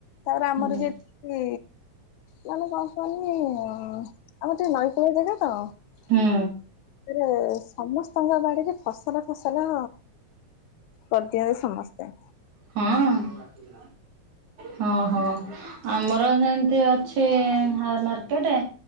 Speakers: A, on the left (about 85°); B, on the right (about 90°).
A: ତାରେ ଆମର
B: ହୁଁ
A: ଯେ ସେ ମାନେ କଣ କନି ଆମର ଟିକେ ନଈକୂଳିଆ ଜାଗା ତ। ସେଥିରେ
B: ହୁଁ
A: ସମସ୍ତଙ୍କ ବାଡିରେ ଫସଲ ଫସଲ କରିଦିଅନ୍ତି ସମସ୍ତେ।
B: ହଁ। ହଁ ହଁ ଆମର ସେମତି ଅଛି ମା ମାର୍କେଟେ।